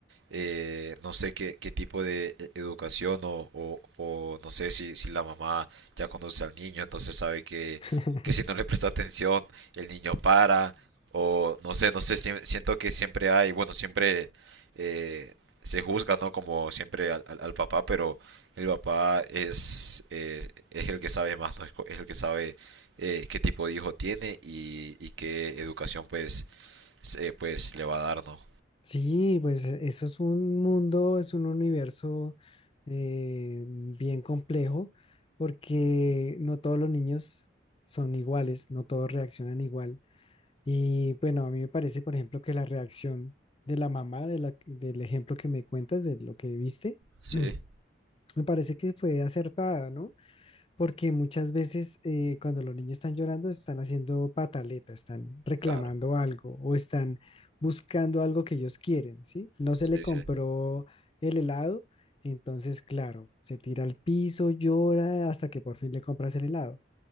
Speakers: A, on the right (about 75°); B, on the left (about 30°).
A: eh, no sé qué, qué tipo de e- educación o, o- o no sé si, si la mamá ya conoce al niño, entonces sabe que,
B: <clears throat>
A: que si no le presta atención, el niño para, o no sé, no sé, si- siento que siempre hay, bueno, siempre eh, se juzga, ¿no? Como siempre al, al- al papá, pero el papá es, eh, es el que sabe más, ¿no? Es, co- es el que sabe eh, qué tipo de hijo tiene y, y qué educación pues, se- pues le va a dar, ¿no?
B: Sí, pues eso es un mundo, es un universo eh, bien complejo, porque no todos los niños son iguales, no todos reaccionan igual. Y bueno, a mí me parece, por ejemplo, que la reacción de la mamá de la- del ejemplo que me cuentas, de lo que viste,
A: Sí,
B: <clears throat> me parece que fue acertada, ¿no? Porque muchas veces eh, cuando los niños están llorando, están haciendo pataleta, están reclamando
A: claro.
B: algo o están buscando algo que ellos quieren, ¿sí? No se
A: Sí,
B: le compró
A: sí.
B: el helado, entonces, claro, se tira al piso, llora hasta que por fin le compras el helado.